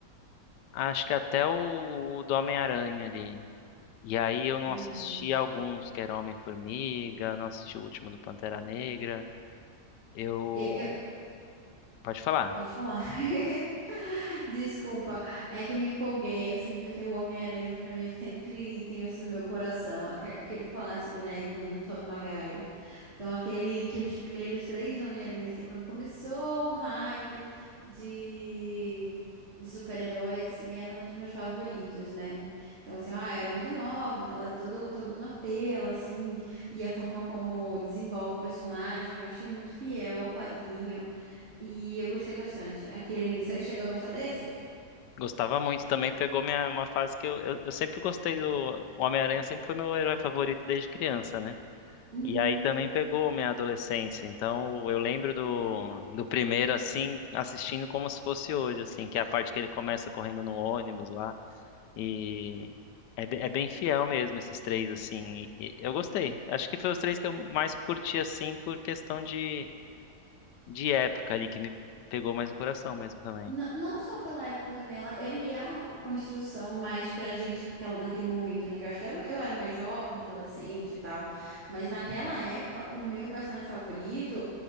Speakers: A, on the left (about 85°); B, on the right (about 45°).
A: acho que até o, o do Homem-Aranha ali. E aí eu não
B: Sim,
A: assisti
B: Maria.
A: alguns, que era Homem-Formiga, não assisti o último do Pantera Negra. Eu,
B: Eu, eu,
A: pode falar,
B: Pode falar. <laughs> Desculpa, é que eu me empolguei, assim, porque o Homem-Aranha, pra mim, eu sempre tenho assim no meu coração, aque- aquele clássico, né, com o Tobey Maguire. Então, aquele, aqueles primeiros três Homem-Aranha, assim, quando começou o hype de, de super-herói, assim, era um dos meus favoritos, né? Então, assim, ah, eu era muito nova, então era todo, todo um apelo, assim, e a forma como desenvolve o personagem, eu achei muito fiel ao quadrinho. E eu gostei bastante. Aquele, você chega a gostar desse?
A: gostava muito também, pegou minha, uma fase que eu, eu, eu sempre gostei do o Homem-Aranha, sempre foi meu herói favorito desde criança, né?
B: Hum,
A: E aí também pegou minha adolescência. Então eu lembro do, do primeiro assim, assistindo como se fosse hoje, assim, que é a parte que ele começa correndo no ônibus lá. E é, be- é bem fiel mesmo esses três, assim. E- e eu gostei. Acho que foi os três que eu mais curti, assim, por questão de, de época ali, que me pegou mais o coração mesmo também.
B: não, não só pela época, mas também ela, ele é uma construção mais pra gente naquela, naquele momento, né? Que eu acho que era- eu era mais jovem, mais adolescente e tal. Mas naquela época, o meu personagem favorito.